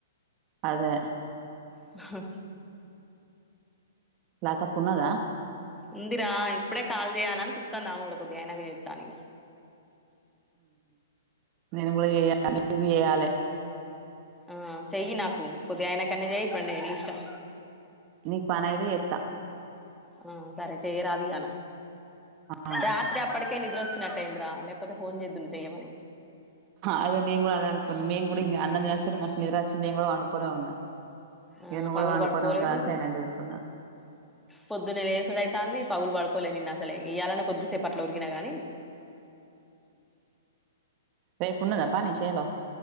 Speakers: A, on the right; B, in the centre.
A: అదే
B: హ
A: లా తక్కు ఉన్నదా
B: ఉందిరా ఇప్పుడే కాలు చేయాలని చుతాన్న కూడా కొద్ది ఆనక చెస్తాని ఇక
A: నేను కూడా న ఇ చేయాలే
B: ఆ చెయ్యి నాకు కొద్దిగా ఆయన కన్నా చెయ్యప్పండి నీ ఇష్టం
A: నీకు పన ఐతే ఏత్తా
B: ఆ సరే చేయరాదియాలా
A: ఆ
B: రాత్రి అప్పడకేను నిద్ర వచ్చినట్టే అయింద్రా లేకపోతే ఫోన్ చేద్లు చెయ్యమని
A: అదే న కూడా అే అనుకోకు మీ కూడా ఇ అన్నదిస మా నిదరాచ్చి నేను కూడా పనుకునే ఉన్నా
B: ఆ
A: ఇగ నువ్వు
B: పగులు
A: కూడా పండుకొనే
B: పడుకోలేదు
A: ఉంటావు అని సైలెంట్ ఊకున్నా
B: పొద్దున లేసడు అైతంది పగులు పడుకో లే నిన్న అసలే ఇవలాన్న కొద్దిసేపట్లో ఉరికిినాగాని
A: రేపున్నద పని చెలో